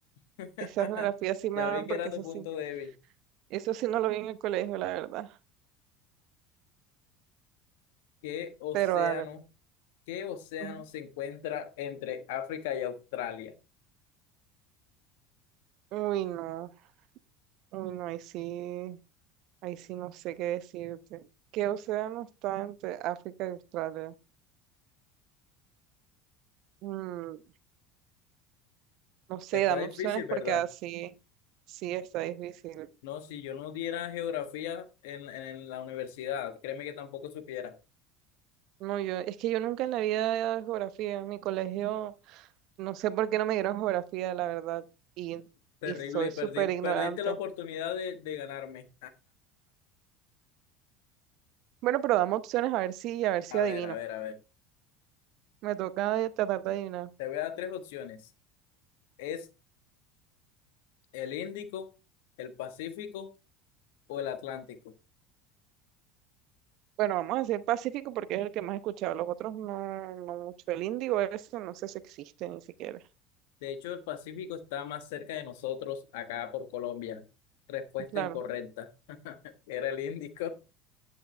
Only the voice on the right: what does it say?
esas geografías sí me
van
porque
eso
sí,
eso sí no lo vi en el colegio, la verdad.
Pero dale. pues.
Ujú.
Uy, no, uy, no, ahí sí, ahí sí no sé qué decirte. ¿Qué océano está entre África y Australia? Mm, No sé,
dame
opciones
porque así sí está difícil.
No, yo, es que yo nunca en la vida he dado geografía. En mi colegio, no sé por qué no me dieron geografía, la verdad. Y,
y soy súper
ignorante.
Bueno, pero dame opciones a ver si, a ver si
adivino.
Me toca de- tratar de adivinar.
Bueno, vamos a decir Pacífico porque es el que más he escuchado. Los otros no, no mucho. El Índigo, eso no sé si existe ni siquiera.
Claro.